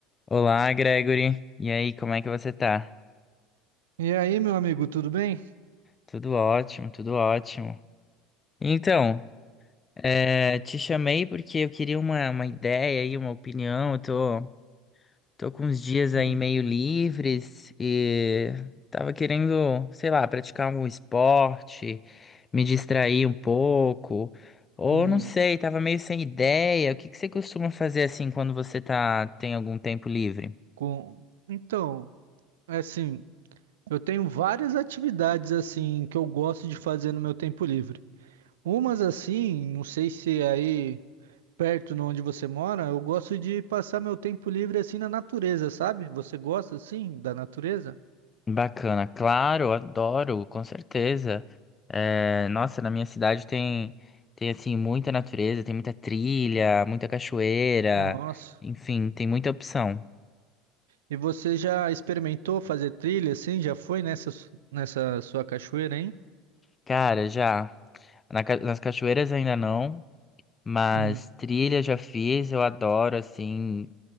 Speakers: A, on the left (about 25°); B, on the right (about 85°).
A: Olá, Gregory. E aí, como é que você tá?
B: E aí, meu amigo, tudo bem?
A: Tudo ótimo, tudo ótimo. Então, é, te chamei porque eu queria uma, uma ideia aí, uma opinião. Eu tô, tô com uns dias aí
B: Hum,
A: meio livres e tava querendo, sei lá, praticar algum esporte, me distrair um pouco. Ou
B: hum,
A: não sei, tava meio sem ideia. O que que você costuma fazer assim quando você tá, tem algum tempo livre?
B: com... Então, é assim, eu tenho várias atividades assim que eu gosto de fazer no meu tempo livre. Umas assim, não sei se é aí perto de onde você mora, eu gosto de passar meu tempo livre assim na natureza, sabe? Você gosta assim da natureza?
A: Bacana, claro, adoro, com certeza. É, nossa, na minha cidade tem tem assim muita natureza, tem muita trilha, muita cachoeira,
B: Nossa.
A: enfim, tem muita opção.
B: E você já experimentou fazer trilha assim? Já foi nessa, su- nessa sua cachoeira, hein?
A: Cara, já na ca- nas cachoeiras ainda não, mas
B: Hum,
A: trilha já fiz, eu adoro assim,